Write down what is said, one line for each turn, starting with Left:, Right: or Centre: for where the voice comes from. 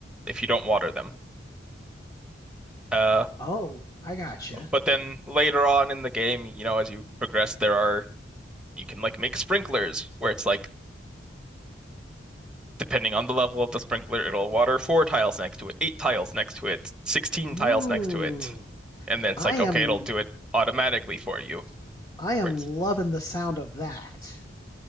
Centre: if you don't water them. Uh,
Left: Oh, I gotcha.
Centre: but then later on in the game, you know, as you progress, there are you can like make sprinklers where it's like depending on the level of the sprinkler, it'll water four tiles next to it, eight tiles next to it, 16
Left: Ooh,
Centre: tiles next to it. And then it's
Left: I
Centre: like, okay,
Left: am
Centre: it'll do it automatically for you.
Left: I am
Centre: Where it's
Left: loving the sound of that.